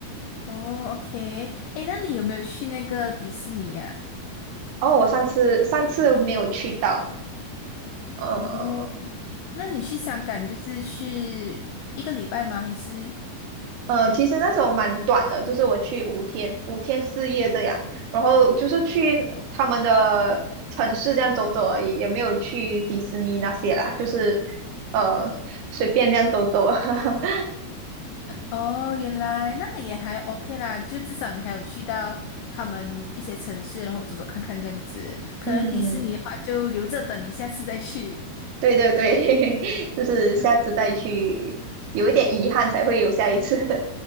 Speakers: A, on the left (about 85°); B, on the right (about 80°).
A: 哦，OK，诶，那你有没有去那个迪士尼呀、
B: 哦，我上次上次没有去到，呃，
A: 哦，那你去香港就是去一个礼拜吗？还是？
B: 呃，其实那时候蛮短的，就是我去五天，五天四夜这样，然后就是去他们的城市这样走走而已，也没有去迪士尼那些啦，就是呃随便这样走走。<laughs>
A: 哦，原来那也还 OK 啦，就至少你还有去到他们一些城市，然后走走看看这样子。可能迪士尼的话，
B: 嗯，
A: 就留着等你下次再去。
B: 对对对，<laughs> 就是下次再去，
A: 嗯。
B: 有一点遗憾才会有下一次。